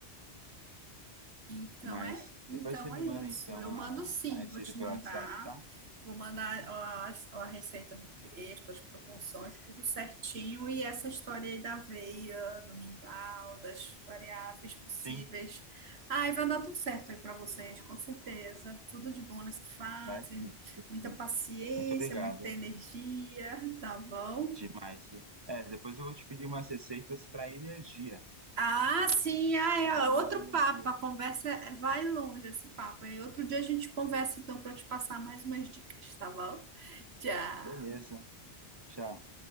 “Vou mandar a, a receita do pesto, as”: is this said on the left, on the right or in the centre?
Right